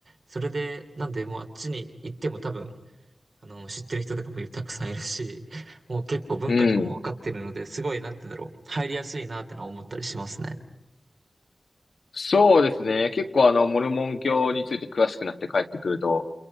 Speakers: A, on the right (about 70°); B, on the left (about 85°).
A: それで、なんでもうあっちに行っても多分、あの、知ってる人とかもたくさんいるし、もう結構文化とかも分かってるので、
B: うん。
A: すごい、なんて言うんだろう、入りやすいなってのは思ったりしますね。
B: そうですね。結構あの、モルモン教について詳しくなって帰ってくると